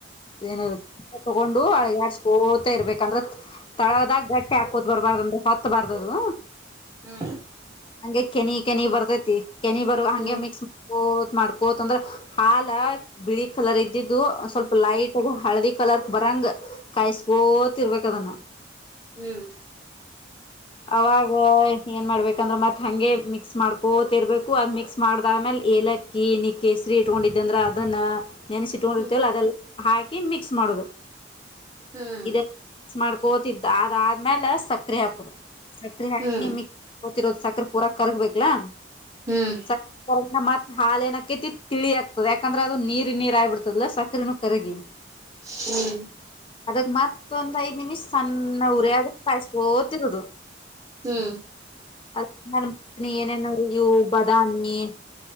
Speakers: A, on the left; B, on the right.
A: ಏನು ತಗೊಂಡು ಅಳಗಡ್ಸ್ಕ ತ ಇರ್ಬೇಕಂದ್ರೆ ತಳದಾಗ ಗಟ್ಟಿ ಹಾಕೋತ್ ಬರ್ಬಾರ್ದ ಅಂದ್ರೆ ಹೊತ್ತಬಾರ್ದದು
B: ಹ್ಮ
A: ಹಂಗೆ ಕೆನಿ ಕೆನಿ ಬರ್ತೈತಿ ಕೆನಿ ಬರುವ ಹಂಗೆ
B: ಹ್ಮ್
A: ಮಿಕ್ಸ್ ಮಾಡ್ಕೋ ಮಾಡ್ಕೋತ್ ಅಂದ್ರ ಹಾಲ ಬಿಳಿ ಕಲರ್ ಇದ್ದಿದ್ದು ಸ್ವಲ್ಪ ಲೈಟ್ಗ ಹಳದಿ ಕಲರ್ ಬರಂಗ ಕಾಯಸ್ ತಿರುವಕ್ಕದನ್ನ
B: ಹ್ಮ್
A: ಅವಾಗ ಏನ್ ಮಾಡ್ಬೇಕಂದ್ರ ಮತ್ ಹಂಗೆ ಮಿಕ್ಸ್ ಮಾಡ್ಕೋತಿರ್ಬೇಕು ಅದ್ ಮಿಕ್ಸ್ ಮಾಡ್ದಾದ್ಮೇಲೆ ಏಲಕ್ಕಿ ನಿ ಕಸರಿ ಇಟ್ಕೊಂಡಿದ್ದ ಅಂದ್ರ ಅದನ್ನ ನೆನಸಿಟ್ಕೊಂಡಿರ್ತೀವ
B: ಹ್ಮ್
A: ಅದೆಲ್ಲ ಹಾಕಿ ಮಿಕ್ಸ್ ಮಾಡೋದು
B: ಹ್ಮ್
A: ಇದ ಮಾಡ್ಕೋತಿದ್ದ ಅದಾದ್ಮೇಲ ಸಕ್ರೆ ಹಾಕುದ ಸಕ್ರೆ ಹಾಕಿ
B: ಹ್ಮ್
A: ಮಿಕ್ ಗೊತಿರೋದು ಸಕರೆೆ ಪೂರಾ ಕರ್ಗ್ಬೇಕಲಾ
B: ಹ್ಮ್
A: ಸರೆ ಕರ್ಗನ ಮಾತ್ರ ಹಾಲಏನಕೇತಿ ತಿಳಿ ಆಗ್ತದೆ ಯಾಕಂದ್ರೆ ಅದು ನೀರಿ ನೀರು ಆಗ್ಬಿಡ್ತದಲ್ಲ ಸಕ್ರ ಕರುಗ
B: ಹ್ಮ್
A: ಅದಕ್ಕೆ ಮಾತ್ ಮೊಂದ್ ಐ ನಿಮಿಷ ಸಣ್ಣ ಉರಿಯಾಗ ಕಾಯಸ್ಕೋತಿರದು
B: ಹ್ಮ್ ಹ್ಮ್
A: ಅದ್ತನಿ ಏನೇನು ಅಯ್ಯವು ಬದಾಮಿ